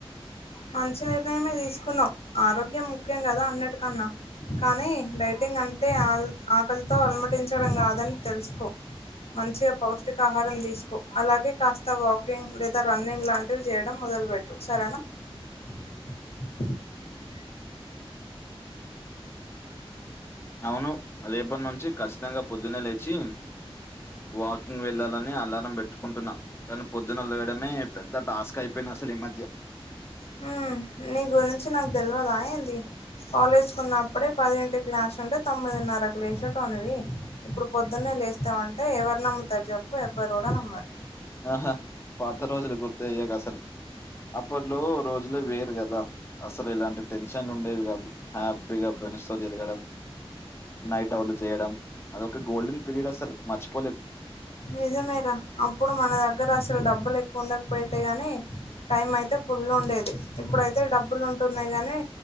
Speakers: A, on the left (about 80°); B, on the left (about 25°).
A: మంచి నిర్ణయమే తీసుకున్నావ్ ఆరోగ్యం ముఖ్యం కదా అన్నిటికన్నా కానీ డైటింగ్ అంటే ఆల్ ఆకలితో అలమటించడం కాదని తెలుసుకో మంచిగా పౌష్టికాహారం తీసుకో అలాగే కాస్త వాకింగ్ లేదా రన్నింగ్ లాంటివి చేయడం మొదలు పెట్ సరేనా <inaudible>
B: నవును రేపటి నుంచి ఖచ్చితంగా పొద్దున్నే లేచి వాకింగ్ వెళ్ళాలని అలారం పెట్టుకుంటున్నా కానీ పొద్దున్న లేవడమే పెద్ద టాస్క్ అయిపోయింది అసలు ఈ మధ్య
A: హు నీ గురించి నాకు తెలవద ఏంది కాలేజ్ ఉన్న ప్పుడే పదింటి గ్లాస్ ఉంటే తొమ్మిదిన్నర గ్ లేషట్ వాడివి ఇప్పుడు పొద్దున్నే లేస్తా ఉంట అంటే ఎవరు నమ్ముతారు చెప్పు ఎవ్వరు కూడా నమ్మరు.
B: ఆహా పాత రోజులు గుర్తయ్యాక అసలు అప్పట్లో రోజులు వేరు కదా అసలు ఇలాంటి టెన్షన్ ఉండేవి కాదు హ్యాపీగా ఫ్రెండ్స్ తో తిరగడం. నైట్ ఔట్ చేయడం అదొక గోల్డెన్ పీరియడ్ అసలు మర్చిపోలేమ్
A: నిజమేరా అప్పుడు మన దగ్గర అసలు డబ్బులు ఎక్కువ ఉండకపోయతే గాని టైం అయితే ఫుల్ ఉండేది ఇప్పుడైతే డబ్బులు ఉంటున్నాయి గానీ